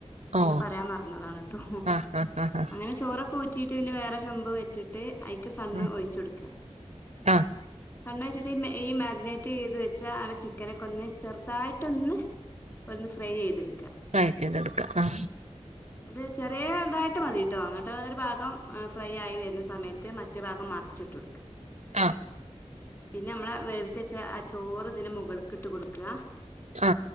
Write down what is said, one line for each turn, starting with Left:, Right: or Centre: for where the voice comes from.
Left: അ
Right: ഓഹ്
Left: ഞാൻ പറയാൻ മർന്നാതാണ് ട്ടോ
Right: ആഹ് ആഹ് ആഹ് ആഹ്
Left: അങ്ങനെ ചോറൊക്കൂ റ്റീട്ട് പിന്നെ വേറെ ചെമ്പ് വെച്ചിട്ട് ഐക്ക് സണ്ണ്
Right: ഉം
Left: ഒയ്ച്ചൊട്ക്ക
Right: ആഹ്
Left: സണ്ണൊയ്ച്ചിട്ട് മേ ഈ മാഗ്നെറ്റേയ്ത് വെച്ചാ അവ ചിക്കനൊക്കൊന്ന് ചെർതായ്ട്ടൊന്ന് ഒന്ന് ഫ്രൈയ്യെയ്തിട്ക്ക
Right: ഫ്രൈ ചെയ്തെട്ക്ക ആഹ്
Left: ഇത് ചെറ്യേ തായ്ട്ട് മതീട്ടോ ഇന്നിട്ടൊ ഒരു ഭാഗം ഫ്രൈ ആയി വെര്നെ സ് സമയത്ത് മറ്റേ ഭാഗം മർച്ചിട്ടൊട്ക്ക
Right: ആഹ്
Left: പിന്ന അംളെ വേവിച്ച ആ ചോറ് ഇതിന് മുകൾക്കിട്ട് കൊട്ക്ക
Right: ഹാ